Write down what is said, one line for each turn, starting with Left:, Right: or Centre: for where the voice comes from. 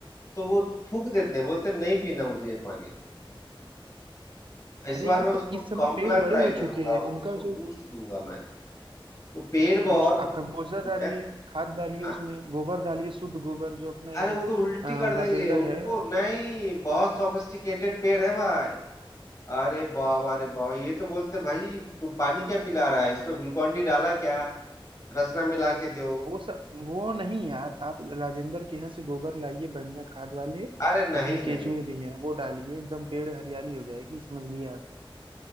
Left: तो वो थूक देते हैं बोलते हैं, नहीं पीना मुझे ये पानी इस
Right: अरे
Left: बार
Right: यार
Left: मैं उसको
Right: तो इस समय
Left: कॉम्प्लान
Right: पेड़ बड़े
Left: ट्राई
Right: हो
Left: करूंगा
Right: चुके हैं
Left: उसको
Right: उनका
Left: उसको बूस्ट
Right: जो
Left: दूंगा मैं वो पेड़ बहुत
Right: बूस्ट
Left: बहुत
Right: आप कंपोस्टर
Left: दुखी हो
Right: डालिए
Left: गया
Right: खाद डालिए
Left: हाँ
Right: उसमें गोबर डालिए शुद्ध गोबर जो अपना ये
Left: अरे वो तो उल्टी
Right: अ,
Left: कर देंगे
Right: राजेंद्र
Left: उनको
Right: है
Left: नहीं बहुत सॉफिस्टिकेटेड पेड़ है भाई अरे बाबा अरे बाबा ये तो बोलते भाई तू पानी क्या पिला रहा है इसमें ग्लूकोन डी डाला क्या रसना मिला के दो
Right: वो सब वो नहीं यार आप राजेंद्र के यहाँ से गोबर लाइए बढ़िया खाद वाले
Left: अरे नहीं
Right: उसमें केचुए
Left: नहीं
Right: भी हैं वो डालिए एकदम पेड़ हरियाली हो जाएगी समझ लिए आप